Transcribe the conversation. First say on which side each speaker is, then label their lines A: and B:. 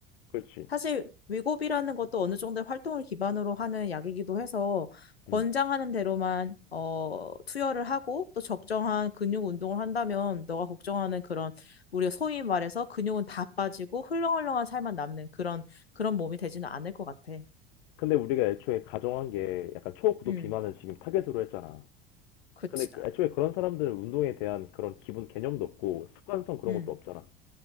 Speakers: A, on the left; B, on the left.
A: 그렇지.
B: 사실 위고비라는 것도 어느 정도 의 활동을 기반으로 하는 약이기도 해서 권장하는
A: 음.
B: 대로만 어 투여를 하고 또 적정한 근육 운동을 한다면 너가 걱정하는 그런 우리가 소위 말해서 근육은 다 빠지고 흘렁흘렁한 살만 남는 그런 그런 몸이 되지는 않을 것 같아.
A: 근데 우리가 애초에 가정한 게 약간 초고도
B: 음,
A: 비만을 지금 타겟으로 했잖아.
B: 그치.
A: 근데 그-
B: 아,
A: 애초에 그런 사람들은 운동에 대한 그런 기본 개념도 없고 습관성 그런
B: 음,
A: 것도 없잖아.